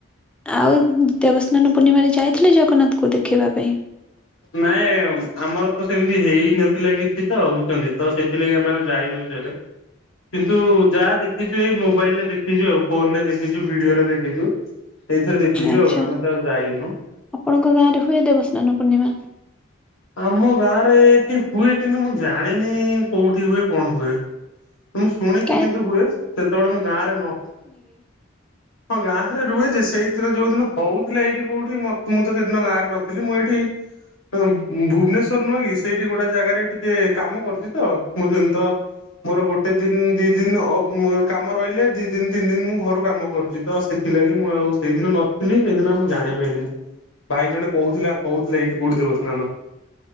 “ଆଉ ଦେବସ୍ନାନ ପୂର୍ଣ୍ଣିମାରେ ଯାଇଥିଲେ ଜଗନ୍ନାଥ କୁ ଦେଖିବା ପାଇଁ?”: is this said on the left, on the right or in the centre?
Centre